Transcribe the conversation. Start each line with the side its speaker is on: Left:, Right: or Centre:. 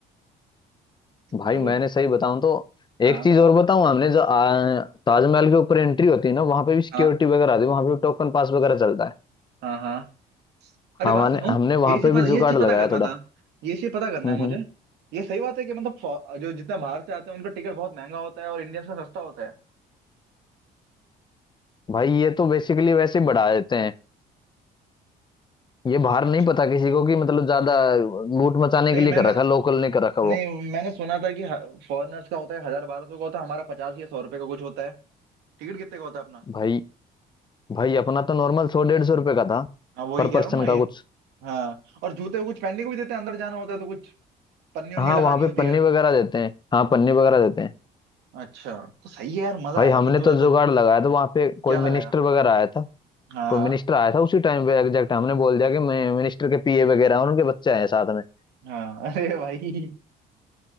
Left: भाई
Right: चलो
Left: मैंने सही बताऊं तो
Right: हाँ
Left: एक चीज
Right: बताओ
Left: और बताऊं हमने जो आ, ताजमहल के ऊपर एंट्री होती है ना वहां पे भी सिक्योरिटी
Right: हाँ
Left: वगैरह आती है वहां पे भी टोकन पास वगैरह चलता है
Right: हाँ हाँ अरे
Left: हमारे
Right: बात सुनो
Left: हमने वहां
Right: ये चीज
Left: पे
Right: पता
Left: भी
Right: ये
Left: जुगाड़
Right: चीज पता
Left: लगाया
Right: करना
Left: थोड़ा
Right: था ये चीज पता करना
Left: हम्म
Right: है मुझे
Left: हम्म।
Right: ये सही बात है कि मतलब फॉ- जो जितना बाहर से आते हैं उनका टिकट बहुत महंगा होता है और इंडियंस का सस्ता होता है
Left: भाई ये तो बेसिकली वैसे ही बढ़ा देते हैं ये बाहर
Right: अच्छा
Left: नहीं पता किसी को कि मतलब ज्यादा लूट मचाने
Right: नहीं
Left: के लिए
Right: मैंने
Left: कर रखा लोकल ने कर रखा
Right: नहीं
Left: वो
Right: मैंने सुना था कि फॉरेनर्स का होता है हजार बारह सौ का होता है हमारा पचास या सौ रुपए का कुछ होता है टिकट कितने का होता है अपना
Left: भाई भाई अपना तो नॉर्मल सौ डेढ़ सौ रुपए का था
Right: हाँ वही
Left: पर
Right: कह
Left: पर्सन
Right: रहा हूँ ना
Left: का
Right: ये
Left: कुछ
Right: हाँ और जूते कुछ पहनने को भी देते हैं अंदर जाना होता है तो कुछ पन्नी उन्नी
Left: हाँ
Right: लगानी
Left: वहाँ पे
Right: होती
Left: पन्नी
Right: है
Left: वगैरह देते हैं हाँ पन्नी वगैरह देते हैं
Right: अच्छा तो सही है यार मजा
Left: भाई
Right: आएगा
Left: हमने
Right: फिर तो
Left: तो
Right: यार कुछ
Left: जुगाड़ लगाया था वहाँ पे कोई
Right: क्या लगाया
Left: मिनिस्टर वगैरह आया था
Right: हाँ
Left: कोई
Right: हाँ
Left: मिनिस्टर आया था उसी टाइम पे एग्जैक्ट हमने बोल दिया कि मैं मिनिस्टर के पीए वगैरह हैं और उनके बच्चे आए हैं साथ में
Right: हाँ <laughs> अरे भाई